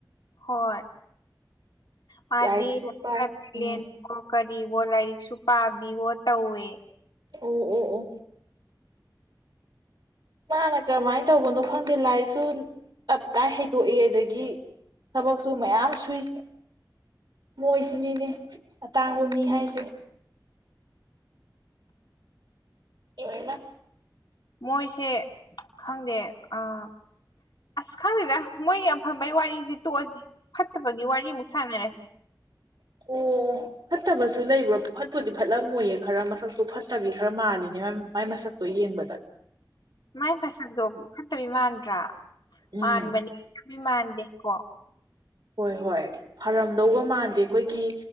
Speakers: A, on the left (about 70°); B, on the right (about 70°).
A: ꯍꯣꯏ ꯃꯥꯗꯤ
B: ꯂꯥꯏꯔꯤꯛꯁꯦ
A: <unintelligible>
B: ꯄꯥꯏ ꯎꯝ
A: ꯂꯦꯟ ꯀꯣꯛ ꯀꯔꯤꯕꯣ ꯂꯥꯏꯔꯤꯛꯁꯨ ꯄꯥꯕꯤꯕꯣ ꯇꯧꯋꯦ꯫
B: ꯑꯣ-ꯑꯣ-ꯑꯣ꯫ ꯃꯥꯅ ꯀꯔꯝꯃꯥꯏꯟ ꯇꯧꯕꯅꯣ ꯈꯪꯗꯦ ꯂꯥꯏꯔꯤꯛꯁꯨ ꯇꯞ ꯇꯥꯏ ꯍꯩꯗꯣꯛꯏ ꯑꯗꯒꯤ ꯊꯕꯛꯁꯨ ꯃꯌꯥꯝ ꯁꯨꯏ꯫ ꯃꯣꯏꯁꯤꯅꯤꯅꯦ ꯑꯇꯥꯡꯕ ꯃꯤ ꯍꯥꯏꯁꯦ꯫ ꯑꯦ ꯑꯦꯝꯃꯥ꯫
A: ꯃꯣꯏꯁꯦ ꯈꯪꯗꯦ ꯑꯥ꯫ ꯑꯁ ꯈꯪꯗꯦꯗꯥ ꯃꯣꯏꯒꯤ ꯑꯐꯕꯩ ꯋꯥꯔꯤꯖꯤ ꯇꯣꯛꯑꯖꯤ, ꯐꯠꯇꯕꯒꯤ ꯋꯥꯔꯤꯃꯨꯛ ꯁꯥꯟꯅꯔꯁꯤ꯫
B: <inaudible> ꯑꯣ ꯐꯠꯇꯕꯁꯨ ꯂꯩꯕ꯭ꯔꯣ ꯐꯠꯄꯨꯗꯤ ꯐꯠꯂꯝꯃꯣꯏꯌꯦ ꯈꯔ ꯃꯁꯛꯇꯣ ꯐꯠꯇꯕꯤ ꯈꯔ ꯃꯥꯜꯂꯤꯅꯦ꯫ ꯌꯥꯝ ꯃꯥꯏ ꯃꯁꯛꯇꯣ ꯌꯦꯡꯕꯗ꯫
A: ꯃꯥꯏ ꯃꯁꯛꯇꯣ ꯐꯠꯇꯕꯤ ꯃꯥꯟꯗ꯭ꯔꯥ,
B: ꯎꯝ
A: ꯃꯥꯟꯕꯅꯤ ꯐꯕꯤ ꯃꯥꯟꯗꯦ꯫ ꯀꯣ꯫
B: ꯍꯣꯏ-ꯍꯣꯏ ꯐꯔꯝꯗꯧꯒ ꯃꯥꯟꯗꯦ ꯈꯣꯏꯒꯤ